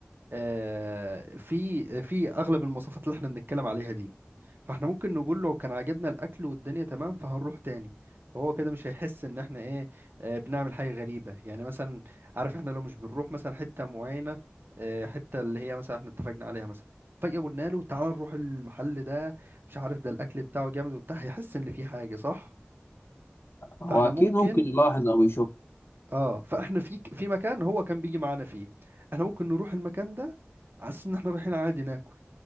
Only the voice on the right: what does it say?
آه في في اغلب المواصفات اللي احنا بنتكلم عليها دي فاحنا ممكن نقول له كان عجبنا الاكل والدنيا تمام فهنروح تاني فهو كده مش هيحس ان احنا ايه آه، بنعمل حاجه غريبه يعني مثلا عارف احنا لو مش بنروح مثلا حته معينه آه، حته اللي هي مثلا احنا اتفقنا عليها مثلا فجاه قلنا له تعال نروح المحل ده مش عارف ده الاكل بتاعه جامد وبتاع هيحس ان في حاجه صح
فاحنا
ممكن
اه فاحنا في في مكان هو كان بيجي معانا فيه احنا ممكن نروح المكان ده على أساس ان احنا رايحين عادي ناكل